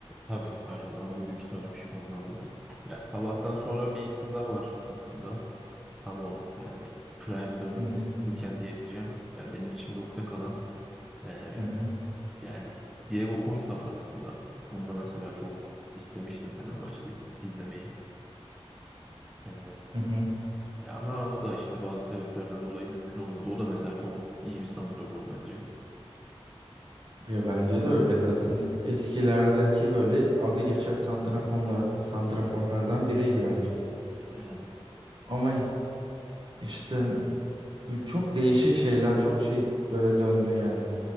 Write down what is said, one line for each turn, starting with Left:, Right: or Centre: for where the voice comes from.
Centre: Tabii aynen onun büyük ihtimalle pişmanlığından dolayı. Ya Salah'tan sonra bir isim daha var aslında. Tam o yani prime dönemine
Right: Hı hı
Centre: yakınken diyebileceğim. Yani benim içimde ukde kalan eee,
Right: hı hı.
Centre: yani Diego Costa var aslında. Onu da mesela çok istemiştim Fenerbahçe'de iz- izlemeyi. Eee,
Right: hı hı.
Centre: ya ama o da işte bazı sebeplerden dolayı mümkün olmadı. O da mesela çok iyi bir santrafor bence.
Right: Ya bence de öyle. Zaten eskilerdeki böyle adı geçen santraforlar, santraforlardan biriydi bence.
Centre: Yani
Right: Ama işte bu çok değişik şeyler, çok şey böyle döndü yani.